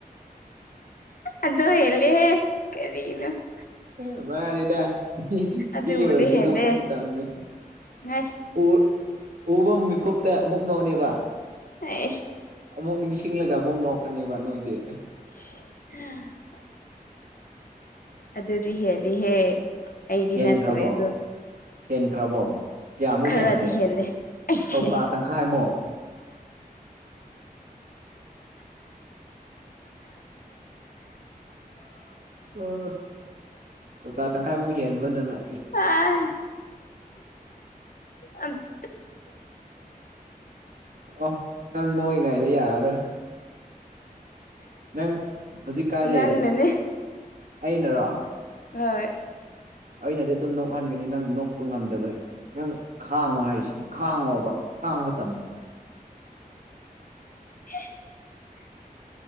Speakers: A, on the left; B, on the right.
A: ꯑꯗꯣ ꯍꯦꯜꯂꯦꯍꯦ ꯀꯔꯤꯅꯣ ꯫
B: ꯑꯦ ꯃꯥꯅꯤꯗ ꯊꯤ
A: ꯑꯗꯨꯕꯨꯗꯤ
B: ꯎꯔꯁꯨ
A: ꯍꯦꯜꯂꯦ
B: ꯅꯣꯛꯄ ꯃꯇꯝꯅꯦ꯫
A: ꯉꯁ
B: ꯎ ꯎꯕ ꯃꯤꯀꯨꯞꯇ ꯑꯃꯨꯛ ꯅꯣꯛꯑꯅꯤꯕ꯫
A: ꯑꯩ
B: ꯑꯃꯨꯛ ꯅꯤꯡꯁꯤꯡꯂꯒ ꯑꯃꯨꯛ ꯅꯣꯛꯀꯅꯤꯕ ꯅꯣꯏꯗꯤ꯫
A: <inaudible> ꯑꯗꯨꯗꯤ ꯍꯦꯜꯂꯤꯍꯦ ꯑꯩꯗꯤ
B: ꯍꯦꯟꯈ꯭ꯔꯕꯣ
A: ꯅꯠꯇꯔ꯭ꯦ ꯑꯗꯨ ꯫
B: ꯍꯦꯟꯈ꯭ꯔꯕꯣ꯫ ꯀꯌꯥꯃꯨꯛ
A: ꯈꯔꯗꯤ
B: ꯍꯦꯟꯈ꯭ꯔꯦ
A: ꯍꯦꯜꯂꯦ ꯑꯩꯁꯦ
B: ꯀꯧꯇꯥ ꯇꯪꯈꯥꯏꯃꯨꯛ꯫ ꯑ ꯀꯧꯇꯥ ꯇꯪꯈꯥꯏꯃꯨꯛ ꯍꯦꯟꯕ ꯅꯪꯅ
A: ꯑ ꯑꯝ
B: ꯑꯣ ꯅꯪ ꯅꯣꯡꯏꯉꯩꯗ ꯌꯥꯔꯔꯣꯏ꯫ ꯅꯪ ꯍꯧꯖꯤꯛ ꯀꯥꯏ ꯂꯩꯔ
A: ꯅꯪꯅꯅꯦ
B: ꯑꯩꯅꯔꯣ꯫
A: ꯍꯣꯏ
B: ꯑꯩꯅꯗꯤ ꯑꯗꯨꯝ ꯅꯣꯛꯍꯟꯒꯅꯤ ꯅꯪ ꯅꯣꯛꯄ ꯉꯝꯗꯕ ꯅꯪ ꯈꯥꯡꯉꯣ ꯍꯥꯏꯔꯤꯁꯤꯅꯦ ꯈꯥꯡꯉꯣꯕ꯫ ꯈꯥꯡꯕ ꯇꯝꯃꯨ
A: <inaudible>